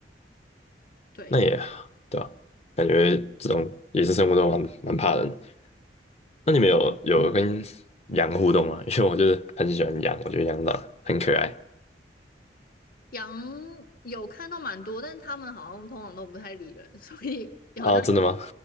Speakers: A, on the left; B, on the left.
A: 对，
B: 那也对吧、感觉这种也是生活中蛮蛮怕人的。那你们有有跟羊互动吗？<laughs> 因为我就是很喜欢羊，我觉得羊长得很可爱。
A: 羊有看到蛮多，但他们好像通常都不太理人，<laughs> 所以好像
B: 哦，真的吗？